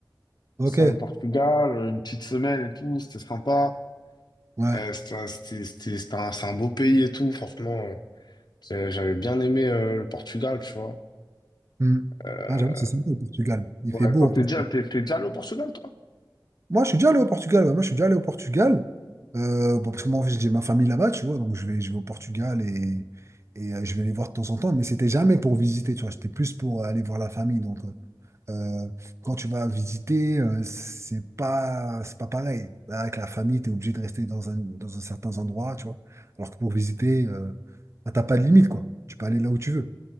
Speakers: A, on the right; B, on the left.
A: ok,
B: Je suis allé au Portugal, euh, une petite semaine et tout, c'était sympa.
A: ouais.
B: Euh, c'était, c'était, c'était- c'était un, c'est un beau pays et tout, franchement. euh, c'est- j'avais bien aimé euh, le Portugal, tu vois.
A: Hmm.
B: Euh,
A: Ah, j'avoue, c'est sympa le Portugal. Il
B: ouais,
A: fait beau
B: toi,
A: en plus.
B: t'es déjà, t'es, t'es déjà allé au Portugal, toi?
A: Moi, je suis déjà allé au Portugal. ouais. Moi, je suis déjà allé au Portugal. Euh, bon, parce que moi, en fait, j'ai ma famille là-bas, tu vois. Donc, je vais, je vais au Portugal et, et euh, je vais les voir de temps en temps. Mais c'était jamais pour visiter, tu vois. C'était plus pour aller voir la famille. Donc, euh, Euh, quand tu vas visiter, euh, c'est pas, c'est pas pareil. Là, avec la famille, tu es obligé de rester dans un, dans un certain endroit, tu vois. Alors que pour visiter, euh, bah, t'as pas de limite, quoi. Tu peux aller là où tu veux.